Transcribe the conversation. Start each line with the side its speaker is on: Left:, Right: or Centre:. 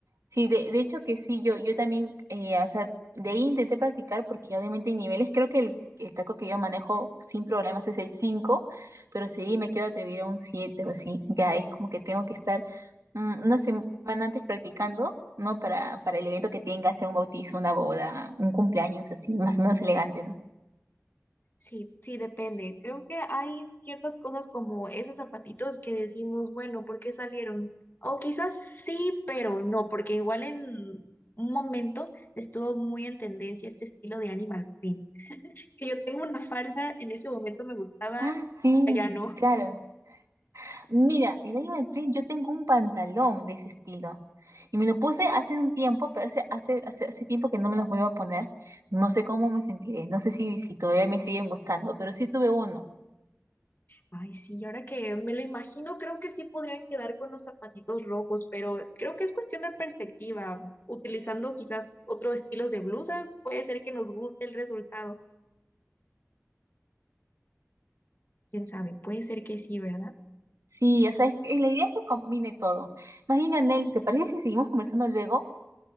Right: sí, de, de hecho que sí, yo, yo también, eh, o sea, de ahí intenté practicar porque obviamente hay niveles, creo que el, el taco que yo manejo sin problemas es el 5, pero sí me quiero atrever a un 7 o así, ya es como que tengo que estar mm, una semana antes practicando, ¿no? Para, para el evento que tenga, sea un bautizo, una boda, un cumpleaños, así, más o menos elegante, ¿no?
Left: Sí, sí, depende. Creo que hay ciertas cosas como esos zapatitos que decimos, bueno, ¿por qué salieron? O quizás sí, pero no, porque igual en un momento estuvo muy en tendencia este estilo de animal print. Que yo tengo una falda, en ese momento me gustaba,
Right: Ah, sí,
Left: ya no.
Right: claro. Mira, el animal print, yo tengo un pantalón de ese estilo. Y me lo puse hace un tiempo, pero hace, hace, hace, hace tiempo que no me los vuelvo a poner. No sé cómo me sentiré, no sé si, si todavía me siguen gustando, pero sí tuve uno.
Left: Ay, sí, ahora que me lo imagino, creo que sí podrían quedar con los zapatitos rojos, pero creo que es cuestión de perspectiva. Utilizando quizás otros estilos de blusas, puede ser que nos guste el resultado. Quién sabe, puede ser que sí, ¿verdad?
Right: Sí, o sea, es que- la idea es que combine todo. Más bien, Anel, ¿te parece si seguimos conversando luego?